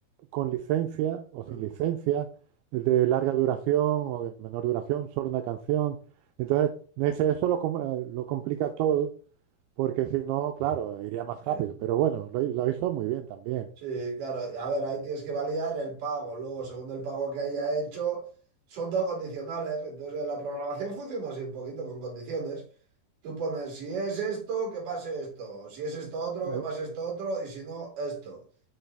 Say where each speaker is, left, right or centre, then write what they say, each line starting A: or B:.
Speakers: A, on the right; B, on the right.
A: con licencia o
B: mm,
A: sin licencia, de larga duración o de menor duración, solo una canción. Entonces, me dice, eso lo, com- eh, lo complica todo, porque si no, claro,
B: mm.
A: iría más
B: Sí,
A: rápido. Pero bueno, lo, hi- lo hizo muy bien también.
B: Sí, claro. A ver, ahí tienes que validar el pago. Luego, según el pago que haya hecho, son todo condicionales. Entonces, la programación funciona así un poquito con condiciones. Tú pones, si es esto, que pase esto. Si es esto otro, que
A: Eh,
B: pase esto otro. Y si no, esto.